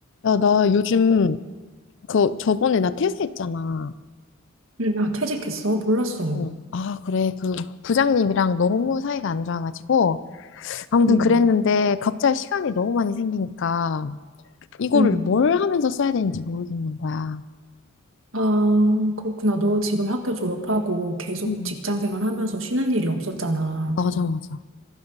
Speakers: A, on the left; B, on the right.
A: 야, 나 요즘 그 저번에 나 퇴사했잖아.
B: 음, 아, 퇴직했어? 몰랐어.
A: 응. 아, 그래. 그 부장님이랑 너무 사이가 안 좋아가지고 아무튼
B: 음,
A: 그랬는데 갑자기 시간이 너무 많이 생기니까 이거를
B: 음.
A: 뭘 하면서 써야 되는지 모르겠는 거야.
B: 아, 그렇구나. 너 지금 학교 졸업하고 계속
A: 응.
B: 직장 생활하면서 쉬는 일이 없었잖아.
A: 맞아, 맞아.